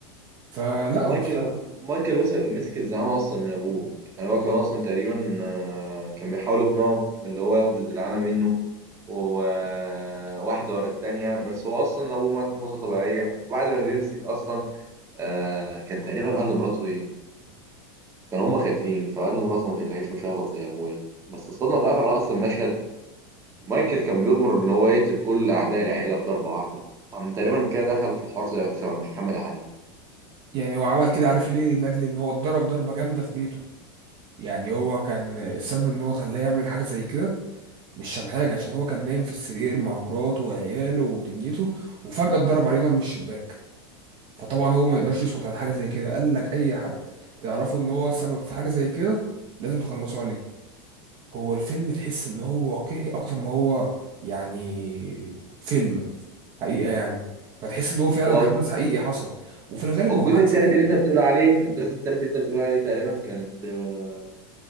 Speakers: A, on the right; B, on the right.
A: فلا
B: هو مايكل
A: هو بصراحة
B: مايكل وس- مسك الزعامة اصلا من ابوه يعني هو كان اصلا تقريبا آه، كان بيحاول يقنعه اللي هو ياخد الزعامة منه وواحدة ورا التانية بس هو أصلا أبوه مات موتة طبيعية وبعد ما بيمسك أصلا آه كان تقريبا قال لمراته إيه كانوا هم خايفين فقال لمراته ما تقلقيش مش هغلط زي ابويا بس الصدمه في اخر اصلا مشهد مايكل كان بيؤمر ان هو يقتل كل اعداء العيله في ضربه واحده قام تقريبا كده دخل في الحوار زي شبه محمد علي
A: يعني هو عمل كده عارف ليه لاجل ان هو اتضرب ضربة جامدة في بيته يعني هو كان السبب ان هو خلاه يعمل حاجة زي كده مش عشان حاجة عشان هو كان نايم في السرير مع مراته وعياله ودنيته وفجأة اتضرب عليه نار من الشباك فطبعا هو ما يقدرش يسكت على حاجه زي كده قال لك اي حد تعرفه ان هو سبب في حاجه زي كده لازم تخلصوا عليه هو الفيلم تحس ان هو واقعي اكتر ما هو يعني فيلم حقيقه يعني فتحس ان هو فعلا
B: هو
A: حدث حقيقي حصل وفي الغالب
B: الجزء
A: هو حدث
B: التالت
A: حقيقي
B: اللي انت بتقول عليه الجزء التالت اللي انت بتقول عليه تقريبا كانت آه،